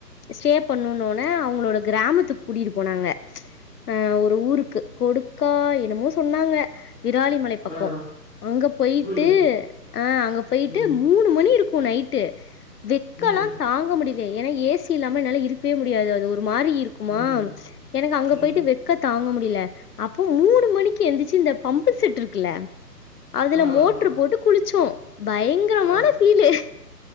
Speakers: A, on the left (about 65°); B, in the centre.
A: ஸ்டே பண்ணும்ன்னோனே அவுங்களோட கிராமத்துக்கு கூட்டிட்டு போனாங்க அ ஒரு ஊருக்கு கொடுக்கா என்னமோ சொன்னாங்க விராலி மலை பக்கம்
B: ஆ
A: அங்க போயிட்டு
B: புரியுதுங்க
A: அ அங்க போயிட்டு
B: ம்
A: மூணு மணி இருக் நைட்டு வெக்கல்லா
B: ம்
A: தாங்க முடிய எனக்கு ஏசி இல்லாம ‌என்னால இருக்கவே முடியாது அது ஒரு மாரி இருக்குமா
B: ம்
A: எனக்கு அங்க
B: ம்
A: போயிட்டு வெக்க தாங்க முடியல அப்போ மூணு மணிக்கு எந்திச்சு இந்த பம்பு செட் இருக்குல அதுல
B: ஆ
A: மோட்ரு
B: ஆ
A: போட்டு குளிச்சோ பயங்கரமான
B: ஆ
A: ஃபீல்லு